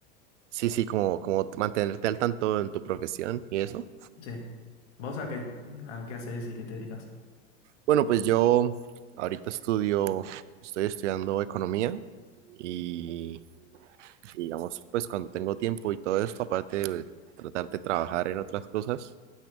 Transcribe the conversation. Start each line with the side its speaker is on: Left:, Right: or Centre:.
Right: Sí, sí, como, como mantenerte al tanto en tu profesión y eso.
Left: Sí. ¿Vos a qué, a qué haces y qué te dedicas?
Right: Bueno, pues yo ahorita estudio, estoy estudiando economía y, y digamos, pues cuando tengo tiempo y todo esto, aparte de tratar de trabajar en otras cosas